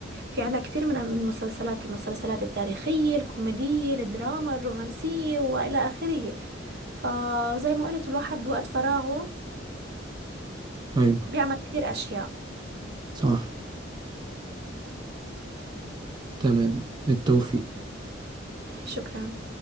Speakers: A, on the right; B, on the right.
A: في عندنا كتير من المسلسلات المسلسلات التاريخية الكوميدية الدراما الرومانسية والى اخره فزي ما قلت الواحد بوقت فراغه
B: ايوه
A: بيعمل كتير اشياء
B: صح تمام بالتوفيق
A: شكرا